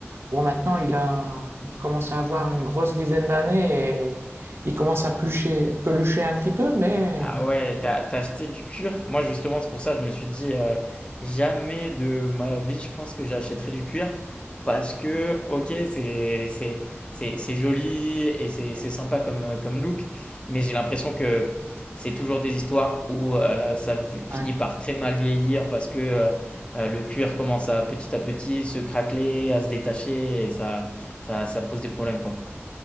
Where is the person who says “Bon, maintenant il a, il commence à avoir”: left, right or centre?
Right